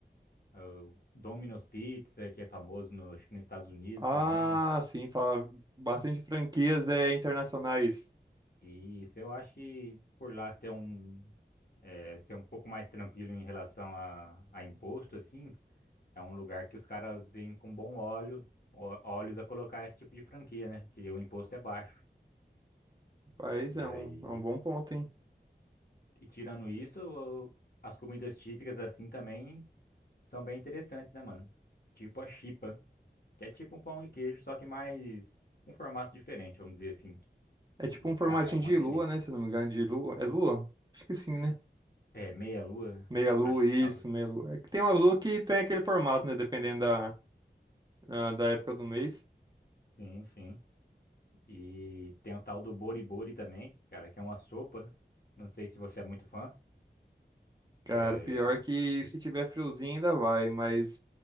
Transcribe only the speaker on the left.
o Domino's Pizza, que é famoso no, acho que nos Estados Unidos
também.
E isso eu acho que por lá ter um, é, ser um pouco mais tranquilo em relação a, a imposto, assim, é um lugar que os caras vêm com bom óleo, ó- olhos a colocar esse tipo de franquia, né? Que o imposto é baixo.
E
aí,
e tirando isso, o- as comidas típicas assim também são bem interessantes, né, mano? Tipo a chipa, que é tipo um pão de queijo, só que mais um formato diferente, vamos dizer assim.
E,
cara, é uma
delícia.
É, meia-lua,
acho
que é algo.
Sim, sim. E tem o tal do boribori também, cara, que é uma sopa. Não sei se você é muito fã.
É,